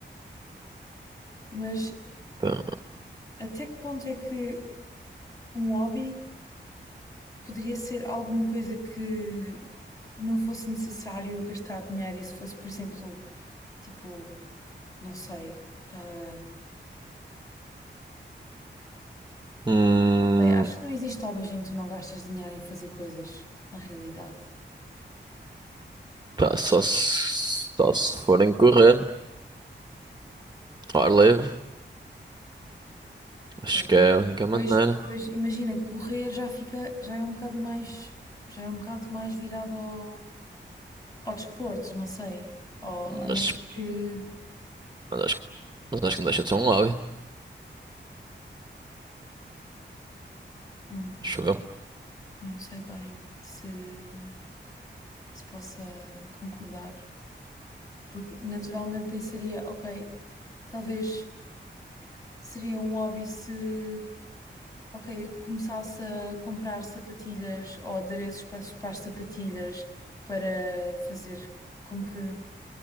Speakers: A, on the left; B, on the right.
A: Mas
B: Pá,
A: até que ponto é que um hobby poderia ser alguma coisa que não fosse necessário gastar dinheiro e se fosse, por exemplo, tipo, não sei. ah,
B: hum,
A: sei, acho que não existe hobbies em que tu não gastas dinheiro em fazer coisas, na realidade.
B: pá, só se, só se forem correr ao ar livre.
A: Sim,
B: Acho que
A: mas
B: é a única
A: depois,
B: maneira.
A: depois imagina, correr já fica, já é um bocado mais, já é um bocado mais virado ao, ao desporto, não sei. Ou a menos
B: Mas,
A: que.
B: mas acho, que- mas acho que não deixa de ser um hobby.
A: hum,
B: Acho eu.
A: Não sei bem se, se possa concordar, porque naturalmente pensaria, ok, talvez seria um hobby se, ok, começasse a comprar sapatilhas ou adereços para, as- para as sapatilhas para fazer com que,